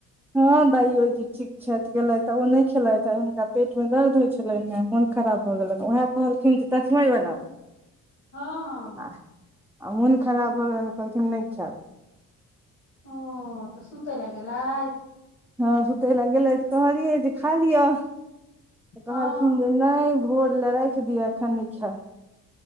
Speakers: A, in the centre; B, on the left.
A: हँ दाइयोजी ठीक छथि गेलथिऽ ओ नहि खेलथि ह हुनका पेट मे दर्द होइत छलनि हे मन खराब भऽ गेलनि उएह कहलखिन जे तस्मै बनाउ <inaudible>
B: हँ
A: आ मोन खराब भल गेलनि तऽ कहलखिन नहि खायब
B: ओ तऽ सुतयले गेलयथ
A: हँ सुतेले गेलयथ कहलियै जे खा लिअ तऽ
B: हँ
A: कहलखिन जे नहि भोर ले राखि दिय अखन नहि खेब